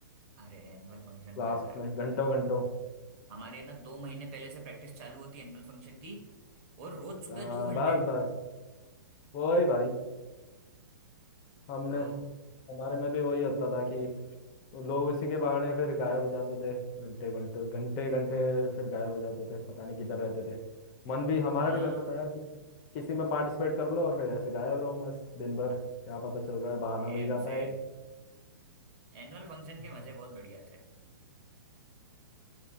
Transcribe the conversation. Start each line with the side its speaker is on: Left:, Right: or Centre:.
Right: अरे एनुअल फंक्शन तो
Left: लास्ट
Right: यार
Left: में घंटों घंटों
Right: हमारे ना दो महीने पहले से प्रैक्टिस चालू होती है एनुअल फंक्शन की और रोज सुबह
Left: आ,
Right: दो घंटे
Left: बस बस वही भाई हमने
Right: ओ
Left: हमारे में भी वही होता था कि लोग इसी के बहाने फिर गाए बजाते थे घंटे घंटे घंटे घंटे फिर गाए बजाते थे पता नहीं किधर रहते थे मन भी हमारा
Right: हाँ
Left: भी करता था यार कि, किसी में पार्टिसिपेट कर लो और फिर ऐसे गायब रहो मस्त दिन भर क्या पता चल रहा है बहाना
Right: सेम
Left: मिल जाता
Right: सेम
Left: है
Right: एनुअल फंक्शन के
Left: एक
Right: मजे बहुत बढ़िया थे